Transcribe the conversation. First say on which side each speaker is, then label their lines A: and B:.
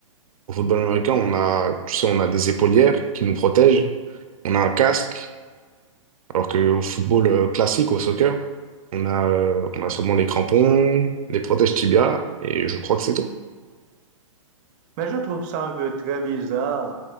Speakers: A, on the right; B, on the right.
A: Au football américain, on a, tu sais, on a des épaulières qui nous protègent, on a un casque, alors qu'au football euh, classique, au soccer, on a, euh, on a seulement les crampons, les protèges tibias, et je crois que c'est tout.
B: Mais je trouve ça un peu très bizarre,